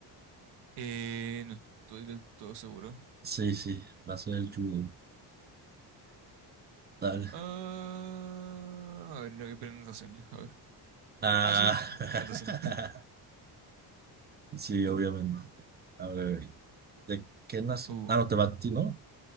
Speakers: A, on the right; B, on the right.
A: Eh, no estoy del todo seguro.
B: Sí, sí, va a ser el judo. Dale.
A: Ah, a ver, le voy a poner anotación yo. A ver.
B: Ah,
A: Ah, sí.
B: <laughs>
A: Anotación.
B: sí, obviamente. A ver, ¿de qué nace?
A: <laughs> Uh.
B: Ah, no te va a ti, ¿no?